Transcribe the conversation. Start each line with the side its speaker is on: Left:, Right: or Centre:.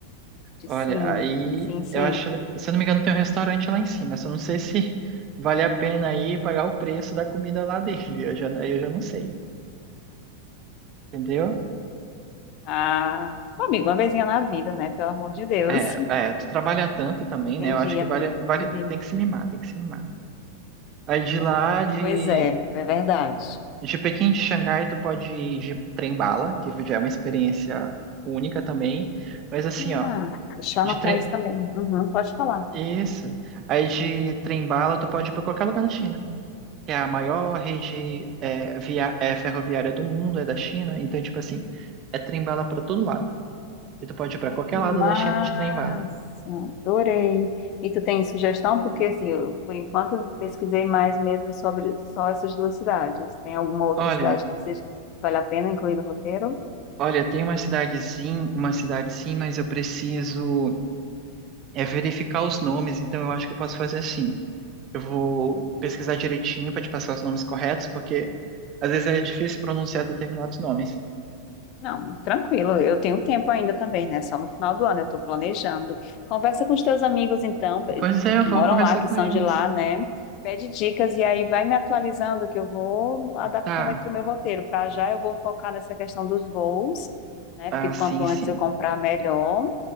Right: Olha,
Left: Sim,
Right: aí
Left: sim, sim.
Right: eu acho, se eu não me engano, tem um restaurante lá em cima, só não sei se vale a pena aí pagar o preço da comida lá dele. Eu já, aí eu já não sei, entendeu?
Left: Ah, pô, amigo, uma vezinha na vida, né? Pelo amor de Deus.
Right: É, é, tu trabalha tanto
Left: <laughs>
Right: também,
Left: Entendi,
Right: né? Eu acho que
Left: amigo,
Right: vale,
Left: entendi.
Right: vale, tem que se mimar, tem que se mimar. Aí de lá, de
Left: Pois é, é verdade.
Right: De Pequim de Xangai, tu pode ir de trem-bala, que já é uma experiência única também. Mas assim, ó,
Left: Ah, deixa eu
Right: de
Left: anotar
Right: trem.
Left: isso também. Uhum, pode falar.
Right: Isso. Aí de trem-bala, tu pode ir pra qualquer lugar da China, que é a maior rede é, via... é, ferroviária do mundo, é da China. Então, tipo assim, é trem-bala pra todo lado. E tu pode ir pra
Left: Ai,
Right: qualquer
Left: que
Right: lado
Left: massa!
Right: da China de trem-bala.
Left: Adorei. E tu tem sugestão? Porque, assim, eu, por enquanto, eu pesquisei mais mesmo sobre só essas duas cidades. Tem alguma outra
Right: Olha,
Left: cidade que seja, que vale a pena incluir no roteiro?
Right: olha, tem uma cidadezinha, uma cidade sim, mas eu preciso é verificar os nomes, então eu acho que eu posso fazer assim. Eu vou pesquisar direitinho para te passar os nomes corretos, porque às vezes é difícil pronunciar determinados nomes.
Left: Não, tranquilo, eu tenho tempo ainda também, né? Só no final do ano eu estou planejando. Conversa com os teus amigos, então, pe-
Right: Pois
Left: que,
Right: é,
Left: que
Right: eu vou
Left: moram
Right: conversar
Left: lá, que
Right: com
Left: são
Right: eles.
Left: de lá, né? Pede dicas e aí vai me atualizando, que eu vou adaptando
Right: Tá.
Left: aqui o meu roteiro. Para já eu vou focar nessa questão dos voos, né?
Right: Ah,
Left: Porque
Right: sim,
Left: quanto antes
Right: sim.
Left: eu comprar, melhor.